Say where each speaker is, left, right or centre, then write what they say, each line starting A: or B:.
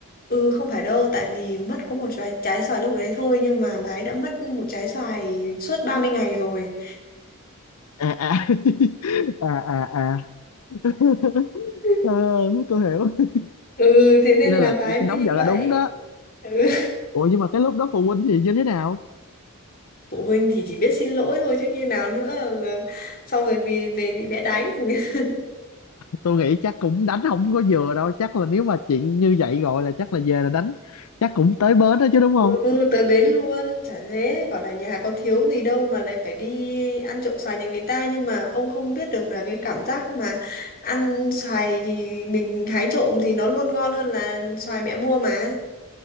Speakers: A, on the left; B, on the left.
A: ừ, không phải đâu. Tại vì mất có một trái, trái xoài lúc đấy thôi. Nhưng mà bà ấy đã mất một trái xoài suốt 30 ngày rồi.
B: à à <laughs> à à à <laughs>
A: <laughs>
B: Ờ, tôi hiểu
A: Ừ, thế nên
B: cho nên
A: là
B: là
A: bà ấy
B: chị
A: mới
B: nóng
A: như
B: giận
A: vậy.
B: là đúng đó
A: Ừ.
B: ủa nhưng mà cái lúc đó phụ huynh thì như thế nào
A: Phụ huynh thì chỉ biết xin lỗi thôi chứ như nào nữa. Giờ, xong rồi vì về bị mẹ đánh. Ừ.
B: tôi nghĩ chắc cũng đánh không có vừa đâu chắc là nếu mà chuyện như vậy gọi là chắc là về là đánh chắc cũng tới bến đó chứ đúng không
A: Ừ, tới bến luôn, chả thế, bảo là nhà có thiếu gì đâu mà lại phải đi ăn trộm xoài nhà người ta nhưng mà ông không biết được là cái cảm giác mà ăn xoài thì mình hái trộm thì nó luôn ngon hơn là xoài mẹ mua mà.